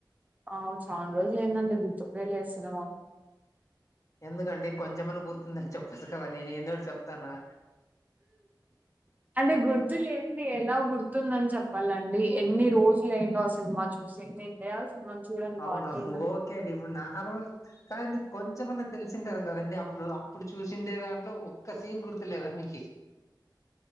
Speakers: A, on the right (about 20°); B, on the left (about 40°).
A: ఆ చాన రోజులు అయిదండి గుర్తుకే లేదు సినిమా
B: ఎందుకండి కొంచెంమైనా గుర్తుందని చెప్పొచ్చు కదా నేను ఏందో ఒకటి చెప్తన్నా
A: అంటే గుర్తులేంది ఎలా గుర్తుందని చెప్ వాళ్ళండి ఎన్ని రోజులైందో ఆ సినిమా చూసి నేను దయ్యాల సినిమాని చూడను
B: అవునవును
A: గాబట్టి నా
B: ఓకే అండి ఇప్పుడు నార్మల్ కాదండి కొంచెమన్నా తెలిసుంటది కదండి అప్పుడు ఇప్పుడు చూసిండే దాంట్లో ఒక్క సీన్ గుర్తులేదా మీకి